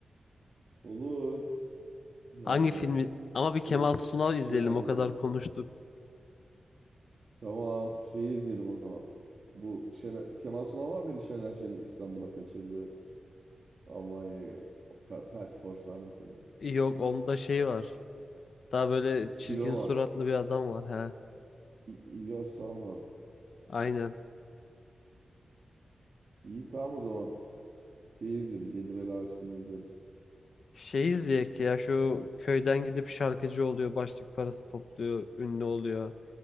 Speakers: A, on the right (about 50°); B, on the left (about 65°).
A: Olur. Yani
B: Hangi filmi? Ama
A: bir
B: bir
A: şeyler,
B: Kemal Sunal
A: bir
B: izleyelim.
A: şeyler
B: O
A: dikeriz.
B: kadar konuştuk.
A: Tamam. Şeyi izleyelim o zaman. Bu Şener, Kemal Sunal var mıydı Şener Şen'in İstanbul'a kaçırdığı Almanya'ya o Pe- Perspor sahnesinde?
B: Yok onda şey var. Daha böyle çirkin
A: Bilo
B: suratlı
A: var.
B: bir adam var. He.
A: İ- İlyas Salman.
B: Aynen.
A: İyi tamam o zaman. Şeyi izleriz. Yedi Bela Hüsnü'yü izleriz.
B: Şey izleyek ya şu köyden gidip şarkıcı oluyor, başlık parası topluyor, ünlü oluyor.